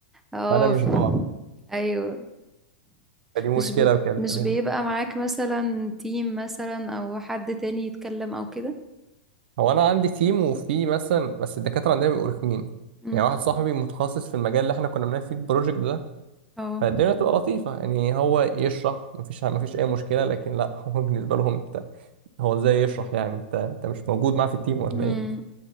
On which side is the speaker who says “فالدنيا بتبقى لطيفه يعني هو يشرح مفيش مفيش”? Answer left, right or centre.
Right